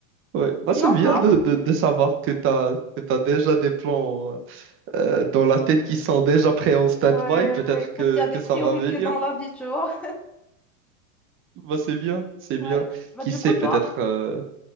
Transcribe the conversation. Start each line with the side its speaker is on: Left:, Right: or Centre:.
Right: Ouais. Bah,
Centre: Sinon,
Right: c'est bien
Centre: toi?
Right: de, de, de savoir que tu as, que tu déjà des plans euh, dans la tête qui sont déjà prêts en stand-by.
Centre: Ouais,
Right: Peut-être
Centre: ouais, écoute,
Right: que,
Centre: il y a des
Right: que
Centre: priorités
Right: ça va venir.
Centre: dans la vie, tu vois.
Right: Bah, c'est bien, c'est
Centre: Ouais.
Right: bien.
Centre: Bah,
Right: Qui
Centre: du
Right: sait,
Centre: coup, toi,
Right: peut-être euh,